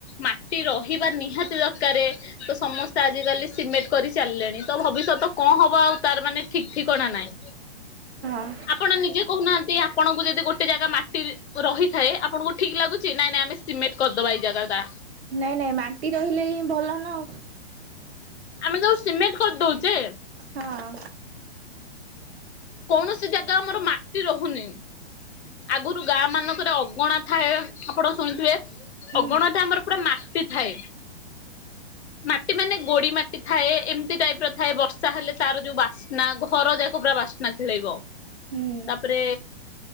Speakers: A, on the left; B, on the right.
A: ମାଟି ରହିବା ନିହାତି ଦରକାରେ। ତ ସମସ୍ତେ ଆଜିକାଲି ସିମେଣ୍ଟ କରି ଚାଲିଲେଣି ତ ଭବିଷ୍ୟତ କଣ ହବ ଆଉ ତାର ମାନେ ଠିକ ଠିକଣା ନାଇଁ।
B: ହଁ।
A: ଆପଣ ନିଜେ କହୁନାହାନ୍ତି ଆପଣଙ୍କୁ ଯଦି ଗୋଟେ ଜାଗା ମାଟି ରହିଥାଏ ଆପଣଙ୍କୁ ଠିକ ଲାଗୁଛି ନାଇଁ ନାଇଁ ଆମେ ସିମେଣ୍ଟ କରିଦବା ଏଇ ଜାଗାଟା।
B: ନାଇଁ ନାଇଁ ମାଟି ରହିଲେ ହିଁ ଭଲ ନା ଆଉ।
A: ଆମେ ଯୋଉ ସିମେଣ୍ଟ କରି ଦଉଚେ।
B: ହଁ।
A: କୌଣସି ଜାଗା ଆମର ମାଟି ରହୁନି। ଆଗୁରୁ ଗାଁ ମାନଙ୍କରେ ଅଗଣା ଥାଏ ଆପଣ ଶୁଣିଥିବେ
B: ହୁଁ
A: ଅଗଣାଟା ଆମର ପୁରା ମାଟି ଥାଏ। ମାଟି ମାନେ ଗୋଡି ମାଟି ଥାଏ ଏମିତି ଟାଇପ୍ ର ଥାଏ ବର୍ଷା ହେଲେ ତାର ଯୋଉ ବାସ୍ନା ଘର ଯାକ ପୁରା ବାସ୍ ନା ଥିଳେଇବ।
B: ହୁଁ।
A: ତାପରେ